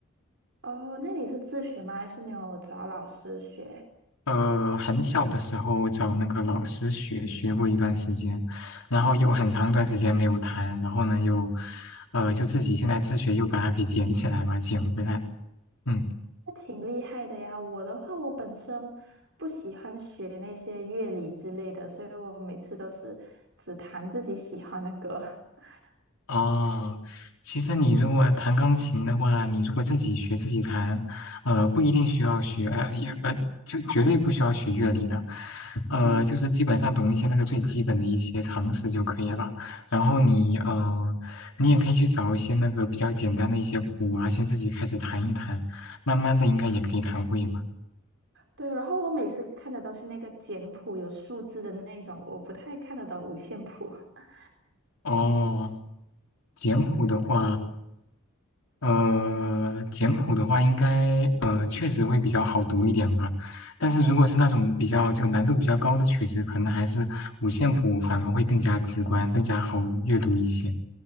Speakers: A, on the right; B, on the left.
A: 哦，那你是自学吗？还是你有找老师学？
B: 呃，很小的时候找那个老师学学过一段时间，然后又很长一段时间没有弹，然后呢又，呃，就自己现在自学又把它给捡起来吧，捡回来。嗯。
A: 那挺厉害的呀。我的话，我本身不喜欢学那些乐理之类的，所以我每次都是只弹自己喜欢的歌。<laughs>
B: 哦，其实你如果弹钢琴的话，你如果自己学自己弹，呃，不一定需要学，呃，也呃，就绝对不需要学乐理的，呃，
A: 嗯。
B: 就是基本上懂一些那个最基本的一些常识就可以了。然后你，呃，你也可以去找一些那个比较简单的一些谱啊，先自己开始弹一弹，慢慢的应该也可以弹会吧。
A: 对，然后我每次看的都是那个简谱有数字的那种，我不太看得懂五线谱。<laughs>
B: 哦，简谱的话。
A: 对
B: 呃，简谱的话，应该呃确实会比较好读一点吧。但是如果是那种比较就难度比较高的曲子，可能还是五线谱反而会更加直观，更加好阅读一些。